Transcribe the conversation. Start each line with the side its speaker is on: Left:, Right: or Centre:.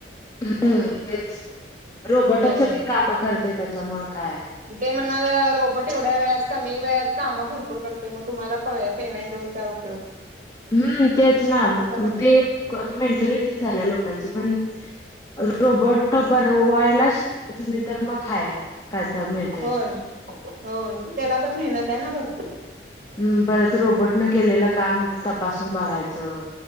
Left: हम्म तेच रोबोटच
Right: होय
Left: सगळी काम करते त्याच्यामुं काय.
Right: ते म्हणणा रोबोट एवढ्या वेळात कामी वेळत काम भरपूर करतोय मग तुम्हाला पेमेंट देऊन काय... <unintelligible>
Left: हम्म तेच ना
Right: तसं पण आहे
Left: ते मेंटालिटी झाल्या लोकांची पण.. रोबोट बनवायला शिकता तुम्ही तर मग हाय काय तर मिळतेय.
Right: होय हो त्याला पण मेहनत आहे ना भरपूर.
Left: हम् परत रोबोट न केलेलं काम तपासून बघायचं.